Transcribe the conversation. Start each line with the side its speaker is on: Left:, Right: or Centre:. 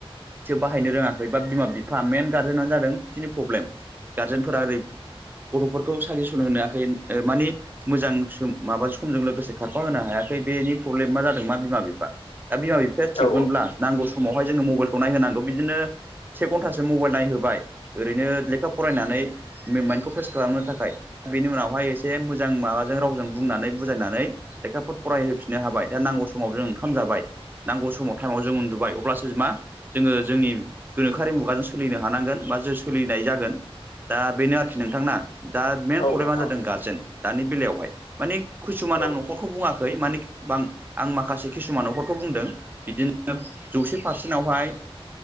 Right: बिसोर बाहायनो रोङाखै बा बिमा बिफा मेन गारजेनानो जादों बिनि प्रब्लेम गारजेनफोरा ओरै गथफोरखौ साजेसन होनो हायाखै मानि मोजां माबा समजों लोगोसे खारफााहोनो हायाखै बेनि प्रब्लेमा जादों दा बिमा बिफा दा बिमा बिफाया थिगमोनब्ला
Left: औ
Right: नांगौ समावहाय जोङो मबाइलखौ नायहांगौ बिदिनो से घन्टासो मबाइल नायहोबाय ओरैनो लेखा फरायनानै माइन्डखौ फ्रेस खालामनो थाखाय दा बेनि उनावहाय एसे मोजां माबाजों रावजों बुंनानै बुजायनानै लेखाफोर फरायहैफिननो दा नांगौ समाव ओंखाम जाबाय नांगौ समाव टाइमाव जों उन्दुबाय अब्लासो जों मा जोङो जोंनि गोनोखोआरि मुगाजों सोलिनो हानांगोन बा जे सोलिनाय जागोन दा बेनो आरोखि नोंथांना दा मेन
Left: औ
Right: प्रब्लेमानो
Left: नोंथां
Right: जादों गार्जेन दानि बेलायावहाय मानि किसुमान
Left: औ
Right: आं नखरखौ बुङाखै हैै माने बां आं माखासे किसुमान नखरखौ बुंदों बिदिनो जौसे पारसेन्टावहाय